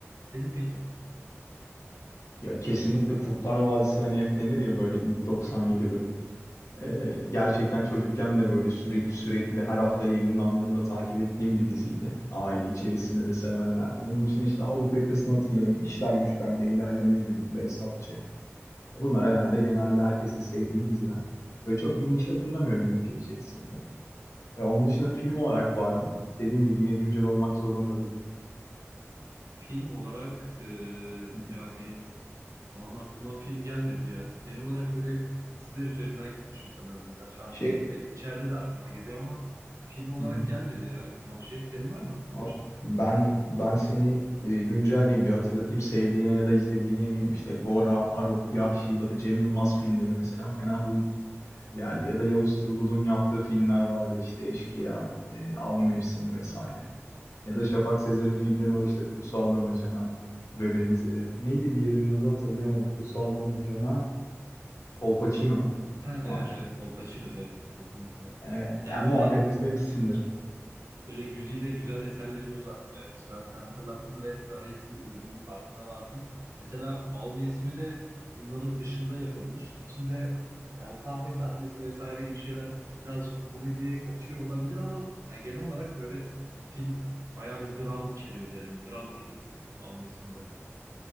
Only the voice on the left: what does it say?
Ya kesinlikle Kurtlar Vadisi hani hep denir ya böyle ilk 97 bölüm. Ee, gerçekten çocukken de böyle süre- sürekli her hafta yayınlandığında takip ettiğim bir diziydi. Aile içerisinde de severlerdi. Onun için işte Avrupa Yakası'nı hatırlarım. İşler Güçler, Leyla ile Mecnun, Behzatçı. E Bunlar herhalde genelde herkesin sevdiği diziler. Böyle çok bir niş hatırlamıyorum ülke içerisinde. E onun dışında film olarak var mı? Dediğim gibi yine güncel olmak zorunda değil.
Hı.
Şey,
Hı hı.
Ama
Ben ben seni e, güncelleyeyim bir hatırlatayım sevdiğine ya da izlediğine eminim. İşte Gora, Arok, Yahşi Batı, Cem Yılmaz filmleri mesela fena değildir. Yani ya da Yavuz Turgul'un yaptığı filmler vardır işte Eşkıya, e, Av Mevsimi vesaire. Ya da Şafak Sezer'in filmleri var işte Kutsal Damacana ve benzeri. Neydi diğerinin adı hatırlayamadım. Kutsal Damacana, Kolpaçino
var.
Evet,
yani
muhakkak izlemişsindir.